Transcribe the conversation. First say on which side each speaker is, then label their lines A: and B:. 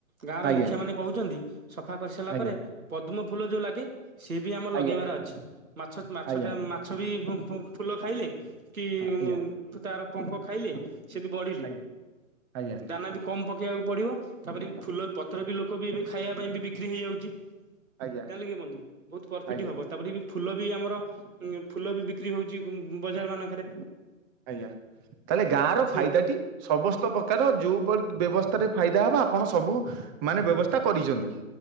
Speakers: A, on the right (about 85°); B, on the right (about 15°).
A: ଗାଁ ର
B: ଆଜ୍ଞା
A: ମୁଖିଆ ମାନେ କହୁଛନ୍ତି ସଫା କରିସାରିଲା
B: ଆଜ୍ଞା
A: ପରେ ପଦ୍ମ ଫୁଲ ଯୋଉ ଲାଗେ ସିଏ ବି ଆମର
B: ଆଜ୍ଞା
A: ଲଗେଇବାର ଅଛି ମାଛ ମାଛ
B: ଆଜ୍ଞା
A: ଛ ବି ଫୁଲ ଖାଇଲେ କି
B: ହଁ, ଆଜ୍ଞା
A: ତାର ପଙ୍କ ଖାଇଲେ। ସେ ବି ବଢିଲି।
B: ଆଜ୍ଞା ଆଜ୍ଞା।
A: ଦାନା ବି କମ ପକେଇବାକୁ ପଡିବ ତାପରେ ଫୁଲ ପତ୍ର ବି ଲୋକ ବି ଏବେ ଖାଇବା ପାଇଁ ବି ବିକ୍ରି ହେଇଯାଉଛି।
B: ଆଜ୍ଞା
A: ଜାଣିଲ କି ବନ୍ଧୁ ବହୁତ ପରଫିଟ
B: ଆଜ୍ଞା
A: ହବ। ତାପରେ ବି ଫୁଲ ବି ଆମର ଫୁଲ ବି ବିକ୍ରି ହଉଛି ବଜାର ମାନଙ୍କରେ।
B: ଆଜ୍ଞା ତାହେଲେ ଗାଁ ର
A: ସେ
B: ଫାଇଦା ଟି ସମସ୍ତ ପ୍ରକାର ଯୋଉଭଳି ବ୍ୟବସ୍ଥାରେ ଫାଇଦା ହବ ଆପଣ ସବୁ ମାନେ ବ୍ୟବସ୍ଥା କରିଛନ୍ତି।